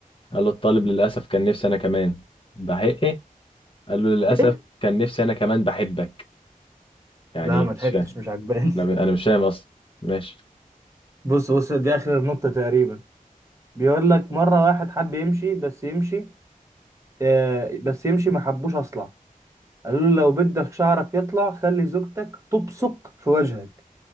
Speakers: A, on the left (about 35°); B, on the right (about 20°).
A: قال له الطالب للأسف كان نفسي انا كمان بحق ايه قال له للأسف
B: ايه
A: كان نفسي انا كمان بحبك يعني
B: لا ما
A: مش
B: ضحكتش
A: فاهم
B: مش عجباني
A: انا
B: <laughs>
A: انا مش فاهم اصلا ماشي
B: بص بص دي اخر النقطة تقريبا بيقول لك مرة واحد حب يمشي بس يمشي آه بس يمشي ما حبوش اصلع قالوا له لو بدك شعرك يطلع خلي زوجتك تبصق في وجهك